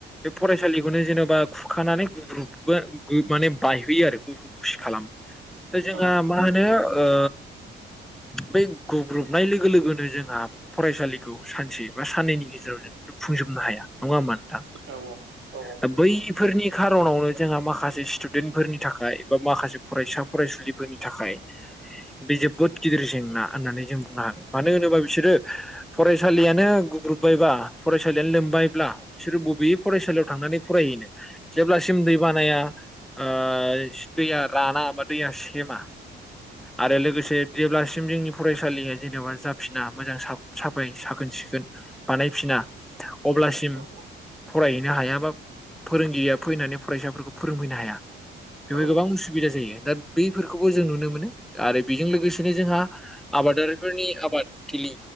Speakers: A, in the centre; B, on the right.
A: बे फरायसालिखौनो जेन'बा खुरखानानै गुग्रुुबबो माने बायहोयो आरो। गुग्रुुब <unintelligible> खालाम दा जोंहा
B: औ नोंथां
A: मा
B: नंगौ
A: होनो
B: नंगौ
A: ओ बै गुग्रुब नाय लोगो लोगोनो जोंहा फरायसालिखौ सानसे बा साननैनि गेजेराव जों लुफुंजोबनो हाया नङा होमबा नोंथां।
B: औ औ। नंगौ
A: दा
B: नोंथां
A: बैफोरनि
B: नंगौ
A: खारनावनो जोंहा माखासे स्टुडेन्टफोरनि थाखाय बा माखासे फरायसा फरायसुलिफोरनि थाखाय बे जोबोद गिदिर जेंना होननानै जों बुंनो हागोन मानो होनोबा बिसोरो। फरायसालियानो गुग्रुबायबा, फरायसालियानो लोमबायब्ला बिसोरो बबे फरायसालियाव थांनानै फरायहैनो जेब्लासिम दै बानाया। ओ दैया राना बा दैया सेमा आरो लोगोसे जेब्लासिम जोंनि फरायसालिया जेनेबा जाफिना मोजां साब-साफाय साखोन-सिखोन। बानायफिना
B: औ
A: अब्लासिम
B: औ
A: फरायहैनो हाया बा फोरोंगिरिया फैनानै फरायसाफोरखौ फोरोंफैनो हाया।
B: औ
A: बेवहाय गोबां उसुबिदा जायो दा बैफोरखौबो जों नुनो मोनो आरो बेजों लोगोसेनो जोंहा आबादारिफोरनि आबादथिलि